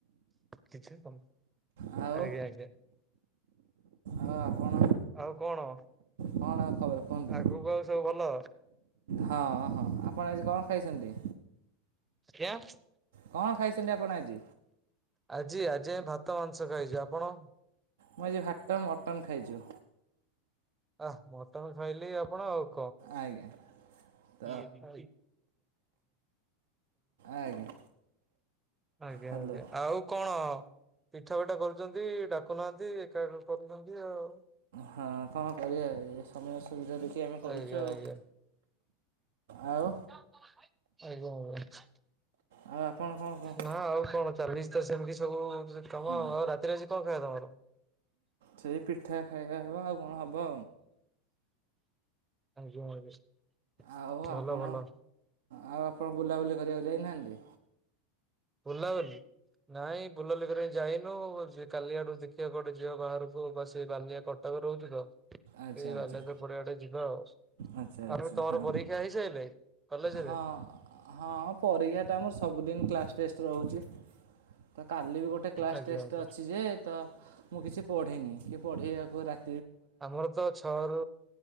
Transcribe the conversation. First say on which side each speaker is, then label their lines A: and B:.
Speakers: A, on the right; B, on the right.
A: କିଛି କହ
B: ହଁ ଆଉ
A: ଆଜ୍ଞା ଆଜ୍ଞା
B: ଆଉ ଆପଣ
A: ଆଉ କଣ?
B: କଣ ଆଉ ଖବର କୁହନ୍ତୁ
A: ଆଗକୁ ଆଉ ସବୁ ଭଲ?
B: ହଁ, ହଁ। ଆପଣ ଆଜି କଣ ଖାଇଛନ୍ତି?
A: କ <unintelligible>
B: କଣ ଖାଇଛନ୍ତି ଆପଣ ଆଜି
A: ଆଜି ଆଜି, ଆମେ ଭାତ ମାଂସ ଖାଇଛୁ। ଆପଣ?
B: ମୁଁ ଆଜି ଭାତ ମଟନ ଖାଇଛୁ।
A: ଆ' ମଟନ ଖାଇଲି ଆପଣ ଆଉ।
B: ଆଜ୍ଞା। ତ
A: ଇଏ <unintelligible>
B: ଆଜ୍ଞା
A: ଆଜ୍ଞା,
B: ହ୍ୟାଲୋ
A: ଆଜ୍ଞା। ଆଉ କଣ? ପିଠା, ଫିଠା କରୁଛନ୍ତି, ଡାକୁନାହାନ୍ତି ଏକା, ଏକା କରୁଛନ୍ତି ଆଉ
B: ହଁ କଣ କରିବା? ଏ ସମୟ ସୁବିଧା ଦେଖି ଆମେ କରୁଛୁ
A: ଆଜ୍ଞା,
B: ଆଉ
A: ଆଜ୍ଞା।
B: ଆଉ
A: ଆଜ୍ଞା, ଆଜ୍ଞା।
B: ଆଉ ଆପଣ କଣ କଣ
A: ନା ଆଉ, କଣ? ଚାଲିଚିତ ସେମିତି ସବୁ କାମ।
B: ହଁ
A: ଆଉ' ରାତିରେ ଆଜି କଣ? ଏ ରହ, ରହ।
B: ସେଇ ପିଠା ଖାଇବା ହବ। ଆଉ, କଣ ହବ?
A: ଆଜ୍ଞା, ଆଜ୍ଞା।
B: ଆଉ ଆପଣ
A: ଭଲ, ଭଲ।
B: ଆଉ ଆପଣ ବୁଲାବୁଲି କରିବାକୁ ଯାଇନାହାଁନ୍ତି।
A: ବୁଲାବୁଲି। ନାଇଁ ବୁଲାବୁଲି କରିବାକୁ ଯାଇନି। କାଲି ଆଡୁ ଦେଖିବା ଗୋଟେ ଯିବା ବାହାରକୁ, ବା ସେ ବାଲିିଆ କଟକରେ ରହୁଛିତ। ଏଇ
B: ଆଚ୍ଛା ଆଚ୍ଛା
A: ବାଲିଯାତ୍ରା ପଡିଆବାଟେ ଯିବା ଆଉ
B: ଆଚ୍ଛା ଆଚ୍ଛା
A: ଆଉ, ତମର
B: ହଁ
A: ପରୀକ୍ଷା ହେଇସାଇଲେ କଲେଜରେ?
B: ହଁ ହଁ, ପରୀକ୍ଷା ଟା ଆମର, ସବୁଦିନ କ୍ଲାସ ଟେଷ୍ଟ ରହୁଛି। ତ କାଲି ବି ଗୋଟେ କ୍ଲାସ
A: ଆଜ୍ଞା
B: ଟେଷ୍ଟ
A: ଆଜ୍ଞା
B: ଅଛି ଯେ, ତ ମୁଁ କିଛି ପଢ଼ିନି କି ପଢ଼େଇବାକୁ ରାତି
A: ଆମର ତ ଛଅ ରୁ